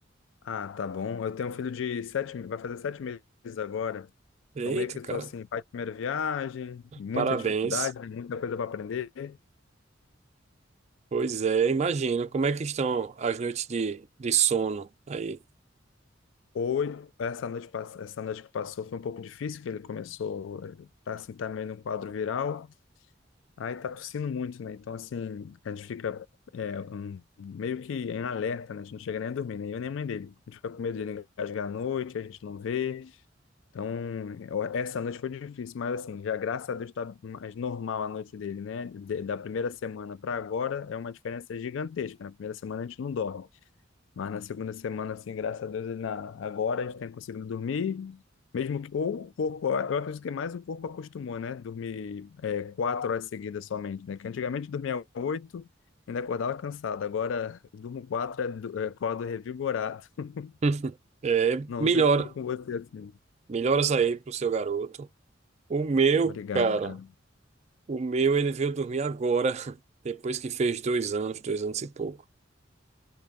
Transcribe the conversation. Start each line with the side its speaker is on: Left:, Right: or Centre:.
Left: Ah, tá bom. Eu tenho um filho de sete, me- vai fazer sete meses agora.
Right: Eita,
Left: Então, meio que estou
Right: cara,
Left: assim, pai de primeira viagem, muita
Right: parabéns.
Left: dificuldade, né, muita coisa para aprender.
Right: Pois é, imagino. Como é que estão as noites de, de sono aí?
Left: Hoje, essa noite, pass- essa noite que passou foi um pouco difícil, que ele começou, eh, tá assim, tá meio no quadro viral. Aí tá tossindo muito, né? Então, assim, a gente fica é, um- meio que em alerta, né? A gente não chega nem a dormir, nem eu nem a mãe dele. A gente fica com medo de ele engasgar à noite, a gente não vê. Então, eu- essa noite foi difícil, mas assim, já graças a Deus tá mais normal a noite dele, né? De- da primeira semana para agora é uma diferença gigantesca. Na primeira semana a gente não dorme. Mas na segunda semana, assim, graças a Deus, ele na, agora a gente tem conseguido dormir, mesmo que, ou o corpo, eu acredito que mais o corpo acostumou, né? Dormir é, quatro horas seguidas somente, né? Que antigamente dormia oito, ainda acordava cansado, agora <laughs> durmo quatro, é, do- é, acordo revigorado. <laughs>
Right: <laughs> É,
Left: Não
Right: melhora
Left: sei se foi com você assim.
Right: melhoras aí pro seu garoto. O meu,
Left: Obrigado,
Right: cara,
Left: cara.
Right: o meu ele veio dormir agora, <laughs> depois que fez dois anos, dois anos e pouco,